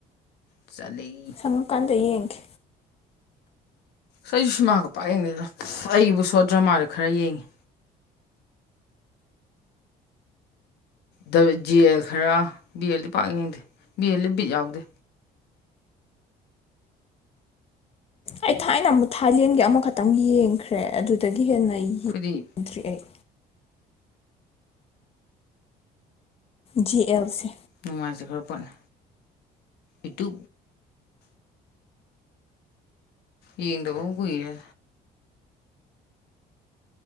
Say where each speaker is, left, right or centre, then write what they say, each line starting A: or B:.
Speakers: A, on the left; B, on the left.
A: ꯆꯂꯤ
B: ꯐꯪꯀꯥꯟꯗ ꯌꯦꯡꯈꯤ
A: ꯑꯩꯁꯨ ꯁꯤꯃꯥꯒ ꯄꯥꯛ ꯌꯦꯡꯗꯦꯗ ꯑꯩꯕꯨ ꯁꯣꯔꯠ ꯗ꯭ꯔꯃꯥꯗ ꯈꯔ ꯌꯦꯡꯉꯤ ꯗꯕ ꯖꯤꯑꯦꯜ ꯈꯔ ꯕꯤ ꯑꯦꯜꯗꯤ ꯄꯥꯛ ꯌꯦꯡꯗꯦ ꯕꯤ ꯑꯦꯜꯗꯤ ꯕꯤꯠ ꯌꯥꯎꯗꯦ꯫
B: ꯑꯩ ꯊꯥꯏꯅ ꯑꯃꯨꯛ ꯊꯥꯏꯂꯦꯟꯒꯤ ꯑꯃꯈꯛꯇꯪ ꯌꯦꯡꯈ꯭ꯔꯦ ꯑꯗꯨꯗꯒꯤ ꯍꯦꯟꯅꯩ
A: ꯈꫭꯏꯗꯤ
B: three eight G L C.
A: ꯅꯨꯡꯉꯥꯏꯖ ꯈꯔ ꯄꯣꯠꯅ ꯏꯇꯨ ꯌꯦꯡꯗꯕ ꯀꯨꯏꯔꯦ꯫